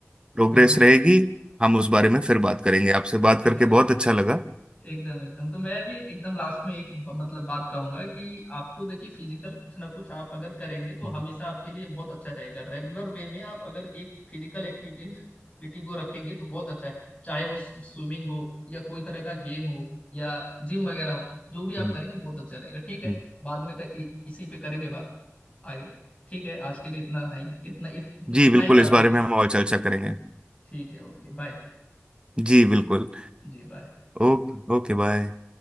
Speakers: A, on the right (about 20°); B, on the left (about 25°).
A: प्रोग्रेस
B: हाँ बोलिए
A: रहेगी
B: बोलिए
A: हम उस बारे में फिर बात करेंगे आपसे बात
B: फिर
A: करके
B: बात
A: बहुत
B: करेंगे
A: अच्छा लगा
B: एकदम एकदम तो मैं भी एकदम लास्ट में एक ब- मतलब बात कहूंगा कि आपको देखिए फिजिकल कुछ ना कुछ आप अगर करेंगे तो
A: हम्म
B: हमेशा आपके लिए बहुत अच्छा रहेगा रेगुलर वे में आप अगर एक फिजिकल एक्टिविटी को रखेंगे तो बहुत अच्छा है चाहे वो स्विमिंग हो या कोई तरह का गेम हो या जिम वगैरह हो जो भी आप
A: हम्म
B: करेंगे बहुत अच्छा रहेगा ठीक है
A: हम्म।
B: बाद में क- इ, इसी पे करेंगे बात आगे ठीक है आज के लिए इतना है ही- इतना इत,
A: जी
B: इतना
A: बिल्कुल
B: ही काफी
A: इस बारे
B: है
A: में हम और चर्चा करेंगे
B: ठीक है ओके बाय
A: जी बिल्कुल
B: जी बाय
A: Okay okay bye